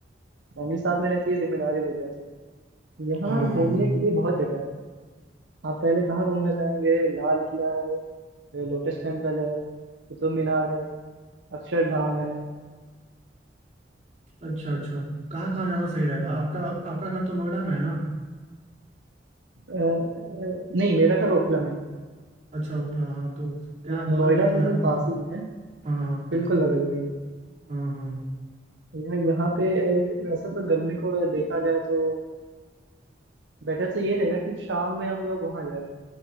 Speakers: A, on the right (about 85°); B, on the right (about 40°).
A: फैमिली साथ में रहती है जिम्मेदारी बढ़ जाती है यहाँ
B: हाँ
A: घूमने
B: हाँ हाँ
A: के लिए बहुत जगह है आप पहले कहाँ घूमना चाहेंगे लाल किला है लोटस टेम्पल है कुतुब मीनार है अक्षरधाम है
B: अच्छा अच्छा कहाँ कहाँ जाना सही रहेगा आपका आपका घर तो नोएडा में है ना
A: अ, अ, नहीं मेरा घर ओखला में है।
B: अच्छा ओखला हाँ तो क्या
A: नो-
B: बगल
A: नोएडा
B: में ही तो
A: बिल्कुल
B: है मे-
A: पास ही में है
B: हाँ हाँ
A: बिल्कुल बगल में ही है
B: हाँ हाँ
A: यहाँ यहाँ पे अ, वैसे तो गर्मी को अगर देखा जाए तो बेटर तो ये रहेगा कि शाम में हम लोग वहाँ जाए